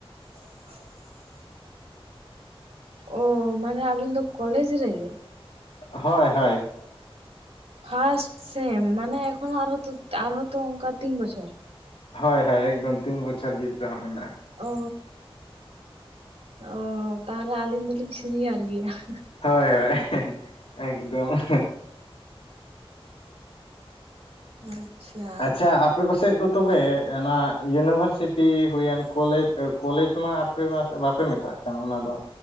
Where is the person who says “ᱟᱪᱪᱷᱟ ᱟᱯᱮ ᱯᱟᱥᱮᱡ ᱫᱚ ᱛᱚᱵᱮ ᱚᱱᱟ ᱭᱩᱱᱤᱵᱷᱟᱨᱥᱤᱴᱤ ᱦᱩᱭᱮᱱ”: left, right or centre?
Left